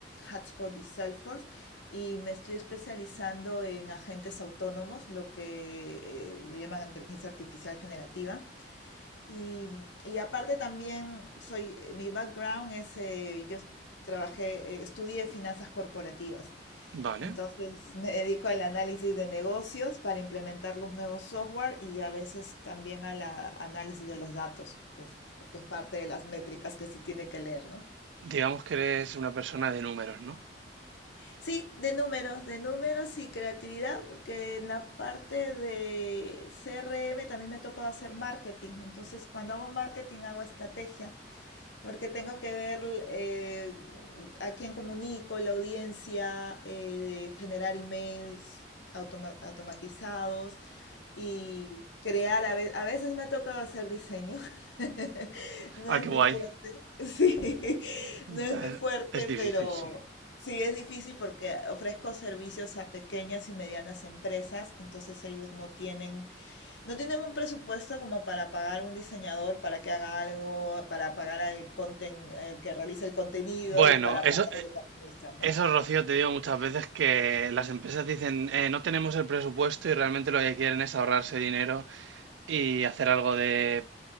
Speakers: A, on the left; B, on the right.
A: Hotspot y Salesforce y me estoy especializando en agentes autónomos, lo que eh, le llaman inteligencia artificial generativa. Y, y aparte también soy, mi background es, eh, yo trabajé, eh, estudié finanzas corporativas.
B: Vale.
A: Entonces me dedico al análisis de negocios para implementar los nuevos software y a veces también al análisis de los datos, pues, porque es parte de las métricas que se tiene que leer, ¿no?
B: Digamos que eres una persona de números, ¿no?
A: Sí, de números, de números y creatividad, porque en la parte de CRM también me ha tocado hacer marketing. Entonces, cuando hago marketing, hago estrategia porque tengo que ver eh, a quién comunico, la audiencia, eh, generar emails automa- automatizados y crear, a ve- a veces me ha tocado hacer diseño, <laughs> no
B: Ah,
A: es
B: qué
A: mi
B: guay.
A: fuerte, <laughs> sí, no es
B: Ya
A: mi fuerte,
B: es difícil,
A: pero
B: sí.
A: sí es difícil porque ofrezco servicios a pequeñas y medianas empresas, entonces ellos no tienen no tienen un presupuesto como para pagar un diseñador para que haga algo, para pagar al conten- el que realiza el contenido
B: Bueno,
A: y para
B: eso,
A: pagar
B: eh,
A: al que administra, ¿no?
B: eso, Rocío, te digo muchas veces que las empresas dicen, "Eh, no tenemos el presupuesto y realmente lo que quieren es ahorrarse dinero y hacer algo de